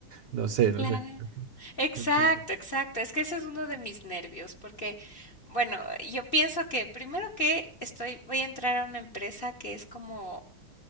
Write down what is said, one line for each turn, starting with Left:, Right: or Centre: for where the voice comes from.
Right: no sé, no
Left: claro.
Right: sé.
Left: Exacto,
Right: Ujú,
Left: exacto. Es que ese es uno de mis nervios, porque, bueno, yo pienso que primero que estoy, voy a entrar a una empresa que es como